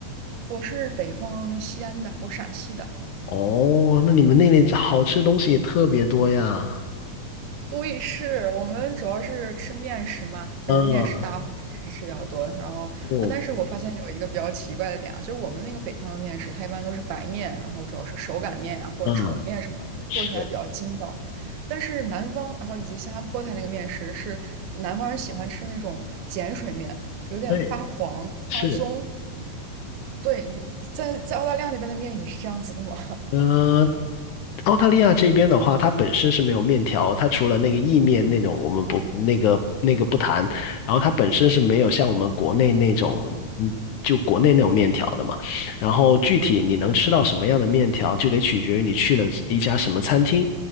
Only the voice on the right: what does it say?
我是北方西安的，我陕西的。
对，是我们主要是吃面食嘛，就是面食大户，
面食吃比较多。然后啊，
但是我发现有一个比较奇怪的点啊，就是我们那个北方的面食，它一般都是白面，然后主要是手擀面啊或者扯面什么，
就是做起来比较筋道。
但是南方，然后以及新加坡它那个面食是南方人喜欢吃那种碱水面，有点发黄发棕。
对，你在在澳大利亚那边的面也是这样子的吗？